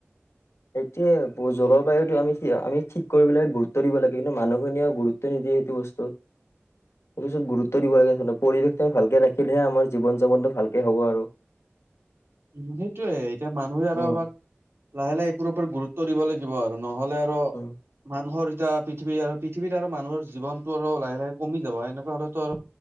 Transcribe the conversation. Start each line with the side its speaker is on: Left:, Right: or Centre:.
Left: এতিয়া জল বায়ুটো আমি আমি ঠিক কৰিবাই গুৰুত্ব দিব লাগে কি কিন্তু মানুহখিনিয়ও গুৰত্ব নিদিয়ে সেইটো বস্তুত- ত গুৰুত্ব দিব লাগে আ পৰিৱেশটোমি ভালকে ৰাখিলে আমাৰ জীৱন যাপনটো ভালকে হ'ব আৰু <unintelligible>
Right: উ সেইটোয়ে এতিয়া মানুহে আৰু
Left: উম
Right: আমাক লাহে লাহে এইবোৰ ওপৰত গুৰুত্ব দিব লাগিব আৰু নহলে আৰু
Left: উম
Right: মানুহৰ এতিয়া। পৃথিৱী আৰু পৃথিৱীত আৰু মানুহৰ জীৱনতটো আৰু লাহে লাহে কমি যাব এনেকুৱা হ'লেতো আৰু